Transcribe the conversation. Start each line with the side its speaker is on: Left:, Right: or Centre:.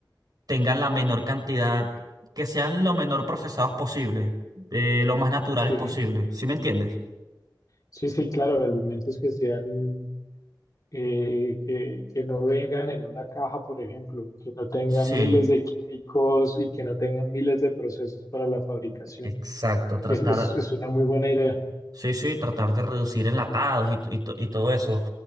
Right: tengan la menor cantidad, que sean lo menor procesados posible, eh, lo más naturales
Left: Sí.
Right: posible. ¿Sí me entiendes?
Left: Sí, sí, claro, alimentos que sean eh, que, que no vengan en una caja, por ejemplo, que no tengan
Right: Sí,
Left: miles de químicos y que no tengan miles de procesos para la fabricación.
Right: exacto, tratar.
Left: Es, es, es una muy buena idea.
Right: Sí, sí, tratar de reducir enlatados y, t- y, to- y todo eso.